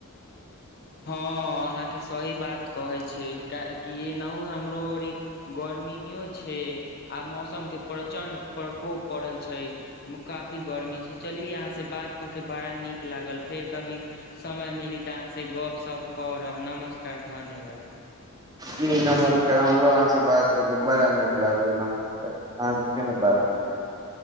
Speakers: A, on the left; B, on the right.
A: हँ अहाँके सही बात कहै छियै किनाहु हमरो ओरी ग रमीयो छै आ मौसम के प्रचंड प्रकोप पड़ैत छै काफी गरम गरमी छै चली अहां से बात कऽ के बड़ा नीक लागल फेर कभी समय मिली तऽ अहां से गप सप करब नमस्कार धन्यवाद
B: जी नमस्कार हमरो अहाँसँ बात कऽ के बड़ा नीक लागलै नमस्कार अहाँ त फेनो बात होइ छै <unintelligible>